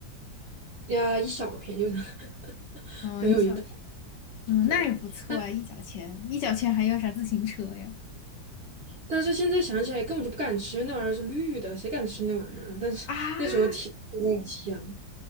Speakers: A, on the right; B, on the left.
A: 呀，一小片，就是 <laughs>
B: 嗯，
A: 没有一大
B: 一小片。嗯，
A: 堆。
B: 那也不错啊，
A: 但
B: 一角钱，一角钱还要啥自行车呀？
A: 但是现在想起来根本就不敢吃，那玩意儿是绿的，谁敢吃那玩意儿啊？但是那时候挺觉得很香。
B: 啊，